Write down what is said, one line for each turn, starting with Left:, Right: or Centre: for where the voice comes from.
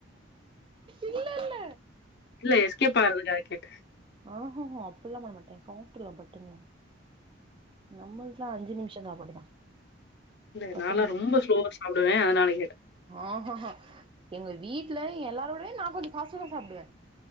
Right: இல்ல இல்ல
Left: இல்ல எஸ்கேப் ஆகுறதுகாக்க கேட்ட
Right: ஆஹாஹா அப்பல்லா பண்ணமாட்டே சாப்ட்ருவ பட்டுனு நம்மல்துலா அஞ்சி நிமிஷ சாப்பாடுதா
Left: இல்ல
Right: பட்டுன்னு
Left: நாலா ரொம்ப ஸ்லோவா சாப்டுவே அதனால கேட்டே
Right: ஆஹா ஹா எங்க வீட்ல எல்லாரோடய நா கொஞ்ச பாஸ்டதா சாப்டுவ